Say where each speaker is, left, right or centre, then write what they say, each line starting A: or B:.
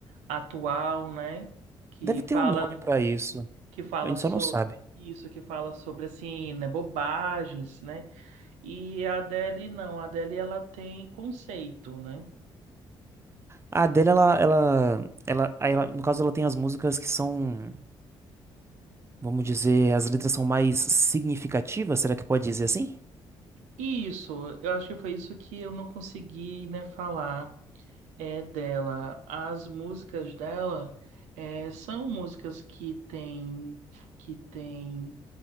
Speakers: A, on the right; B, on the right.
A: atual, né? Que
B: Deve
A: fala,
B: ter um nome pra isso.
A: que fala
B: A gente
A: sobre
B: só não sabe.
A: isso, que fala sobre assim, né, bobagens, né? E a Adele não, a Adele ela tem conceito, né?
B: A Adele, ela, ela, ela, aí ela- no caso, ela tem as músicas que são, vamos dizer, as letras são mais significativas, será que pode dizer assim?
A: E isso, eu acho que foi isso que eu não consegui, né, falar é dela. As músicas dela é, são músicas que têm que tem